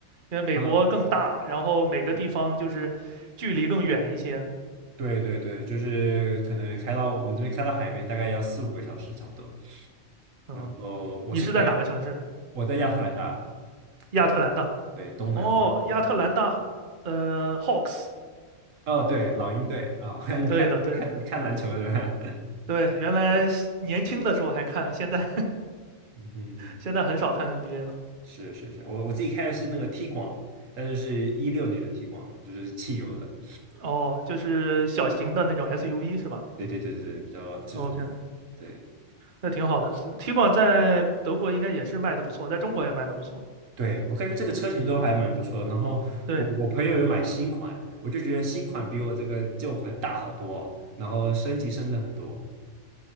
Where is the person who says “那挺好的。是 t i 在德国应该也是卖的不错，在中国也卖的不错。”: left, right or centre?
Right